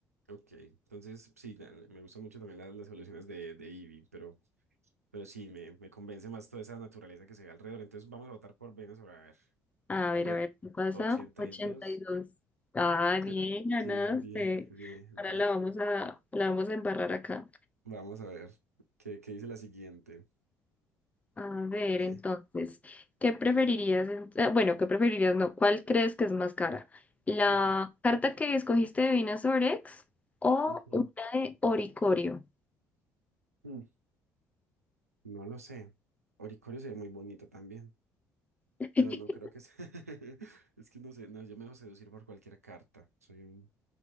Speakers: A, on the right; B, on the left.
A: ok. Entonces, sí, la- me gustan mucho también las, las soluciones de, de Eevee, pero Pero sí, me, me convence más toda esa naturaleza que se ve alrededor. Entonces vamos a votar por Venezuela. A ver,
B: A
A: vale
B: ver, a ver, ¿qué pasa?
A: 82.
B: ochenta y dos Ah, bien,
A: Será.
B: ganaste.
A: Sí, bien, bien,
B: Ahora
A: bien.
B: la vamos a, la vamos a embarrar acá.
A: Vamos a ver qué, qué dice la siguiente.
B: A ver,
A: Eh,
B: entonces, ¿qué preferirías? en- eh, Bueno, ¿qué preferirías? No, ¿cuál crees que es más cara? ¿La
A: ujú,
B: carta que escogiste de Vinasorex o
A: ujú,
B: una de Oricorio?
A: mm, No lo sé. Oricorio se ve muy bonito también,
B: <laughs>
A: pero no creo que sea. <laughs> Es que no sé, no, yo me dejo seducir por cualquier carta. Soy un